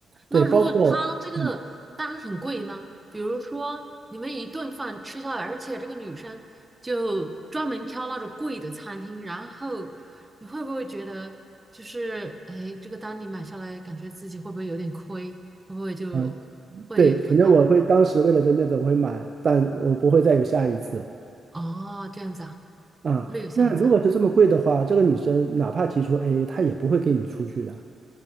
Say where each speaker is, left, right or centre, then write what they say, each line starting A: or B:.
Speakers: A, on the right; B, on the right.
A: 那如果他这个单很贵呢？
B: 对，包括嗯
A: 比如说你们一顿饭吃下来，而且这个女生就专门挑那种贵的餐厅，然后你会不会觉得就是哎，这个单你买下来，感觉自己会不会有点亏？会不会就会和他
B: 嗯，呃对，肯定我会当时为了这面子我会买，但我不会再有下一次。
A: 哦这样子啊？
B: 啊，
A: 不会有下一次啊？
B: 那如果是这么贵的话，这个女生哪怕提出 AA，她也不会跟你出去的。